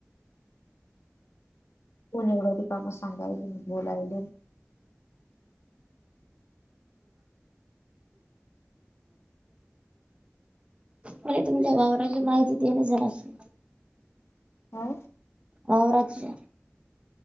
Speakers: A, on the left; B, on the right.
A: कोणी एवढ्या त कामं सांगायली बोलायले.
B: मले तुमच्या वावराची माहिती द्या ना जरासं.
A: हा.
B: वावराची.